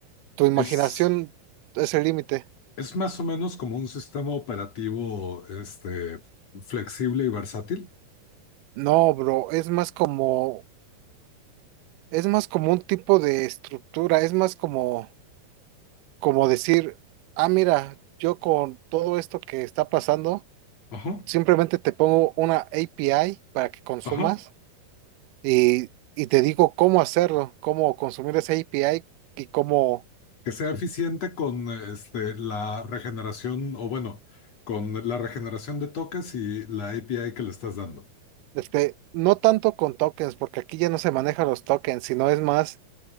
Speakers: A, on the right; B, on the left.
A: Tu imaginación
B: Es,
A: es el límite.
B: es más o menos como un sistema operativo, este, flexible y versátil.
A: No, bro, es más como, es más como un tipo de estructura, es más como, como decir, ah, mira, yo con todo esto que está pasando,
B: Ajá.
A: Simplemente te pongo una API para que consumas
B: Ajá.
A: y, y te digo cómo hacerlo, cómo consumir esa API y cómo,
B: Que sea eficiente con, este, la regeneración, o bueno, con la regeneración de toques y la API que le estás dando.
A: este, no tanto con tokens, porque aquí ya no se manejan los tokens, sino es más